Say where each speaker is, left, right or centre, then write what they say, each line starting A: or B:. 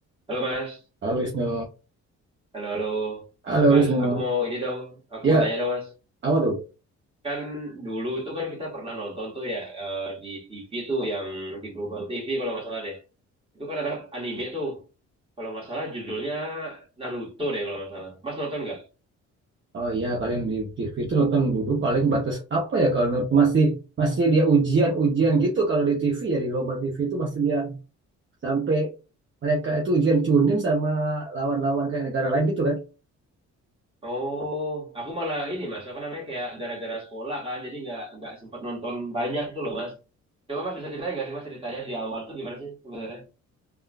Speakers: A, on the right; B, on the right.
A: Halo Mas,
B: Halo Wisnu.
A: halo halo
B: Halo
A: Mas,
B: Wisnu.
A: aku mau ini dong, aku
B: Ya,
A: mau tanya dong Mas.
B: apa tuh?
A: Kan dulu tuh kan kita pernah nonton tuh ya eh, di TV tuh yang di Global TV kalau nggak salah deh. Itu kan ada anime tuh, kalau nggak salah judulnya Naruto deh kalau nggak salah. Mas nonton nggak?
B: Oh iya, kalian di TV itu nonton dulu paling batas apa ya kalau nonton- masih masih dia ujian-ujian gitu kalau di TV ya di Global TV itu masih dia sampai mereka itu ujian cunin sama lawan-lawan kayak negara lain gitu kan.
A: Oh, aku malah ini Mas, apa namanya kayak gara-gara sekolah kan, jadi nggak nggak sempat nonton banyak tuh loh Mas. Coba Mas bisa ceritain nggak sih Mas ceritanya di awal tuh gimana sih sebenarnya?